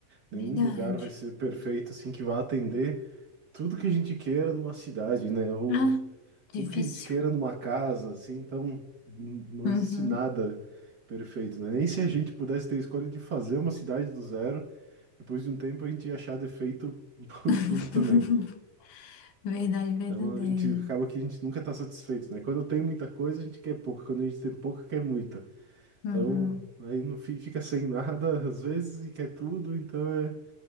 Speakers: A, on the right; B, on the left.
A: Nenhum
B: verdade.
A: lugar vai ser perfeito, assim, que vá atender tudo que a gente queira numa cidade, né? Ou
B: Ah,
A: tudo
B: difícil.
A: que a gente queira numa casa, assim. Então, n- não
B: Uhum.
A: existe nada perfeito, né? Nem se a gente pudesse ter a escolha de fazer uma cidade do zero, depois de um tempo a gente ia achar defeito <laughs> por tudo
B: <laughs>
A: também.
B: Verdade verdadeira.
A: Então, a gente acaba que a gente nunca tá satisfeito, né? Quando tem muita coisa, a gente quer pouca. Quando a gente tem pouca, quer muita.
B: Uhum.
A: Então, aí no fim fica sem nada <laughs> às vezes e quer tudo, então é,